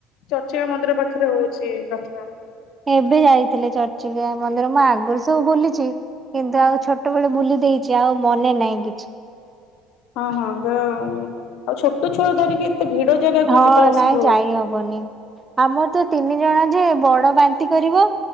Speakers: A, on the left; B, on the right.
A: ଚର୍ଚ୍ଚି ମା ମନ୍ଦିର ପାଖରେ ହଉଛି ରଥଟଣା।
B: ଏବେ ଯାଇଥିଲେ ଚର୍ଚିକା ମନ୍ଦିର ମୁଁ ଆଗରୁ ସବୁ ବୁଲିଛି। କିନ୍ତୁ ଆଉ ଛୋଟବେଳେ ବୁଲି ଦେଇଛି ଆଉ ମନେ ନାହିଁ କିଛି।
A: ହଁ ହଁ ଗ ଆଉ ଛୋଟ ଛୁଆ ଧରିକି ଏତେ ଭିଡ ଜାଗାକୁ
B: ହଁ
A: ଯିବା ଅସମ୍ଭବ।
B: ନାଇଁ ଯାଇହବନି ଆମର ତ ତିନି ଜଣ ଯେ ବଡ ବାନ୍ତି କରିବ